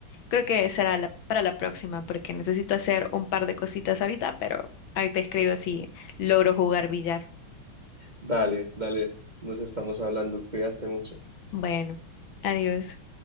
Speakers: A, on the left; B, on the right.
A: creo que será la- para la próxima porque necesito hacer un par de cositas ahorita, pero ahí te escribo si logro jugar billar.
B: Dale, dale, nos estamos hablando, cuídate mucho.
A: Bueno, adiós.